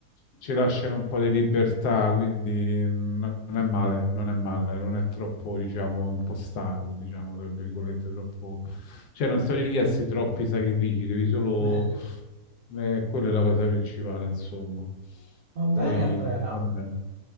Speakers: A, on the left; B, on the right.
A: ci lasciano un po' di libertà, quindi mm, non è male, non è male, non è troppo, diciamo, impostato, diciamo, tra virgolette, troppo... Cioè non sono richiesti troppi sacrifici, devi solo...
B: meglio.
A: eh, quella è la cosa principale, insomma.
B: Va
A: Poi,
B: bene, Andrea.
A: vabbè,